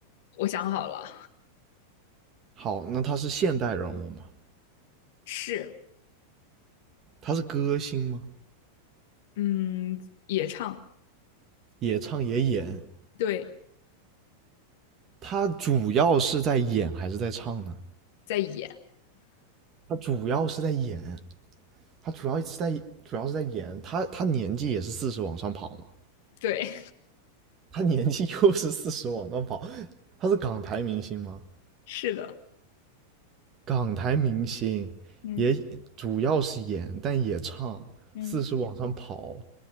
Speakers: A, on the left (about 50°); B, on the right (about 30°).
A: 我想好了，
B: 好，那他是现代人物吗？
A: 是，
B: 他是歌星吗？
A: 嗯，也唱，
B: 也唱也演，
A: 对，
B: 他主要是在演还是在唱呢？
A: 在演，
B: 他主要是在演，他主要是在主要是在演，他他年纪也是四十往上跑嘛，
A: 对，
B: 他年纪 <laughs> 又是四十往上跑，他是港台明星吗？
A: <laughs> 是的，
B: 港台明星也主要是演，
A: 嗯
B: 但也唱，
A: 嗯，
B: 四十往上跑，